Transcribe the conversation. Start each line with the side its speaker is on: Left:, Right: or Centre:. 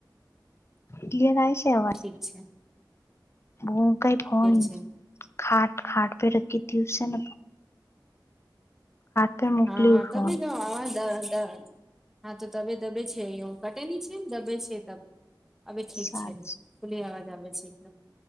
Left: ક્લિયર આવે છે આવાજ.
Centre: અચ્છા.
Left: ભૂ કઈ ફોન
Centre: છે
Left: ખાટ ખાટ પે રખી હતીીસે ન. પે મોકલ્યું
Centre: હા
Left: ફોન
Centre: તી નવા દ. <unintelligible> હા તો તબ દબે છે અહી પટેની છેમ દબે છે. હવે ઠીક
Left: સાચ
Centre: છે ખુલ્લી અવાજ આવે છે એકદમ.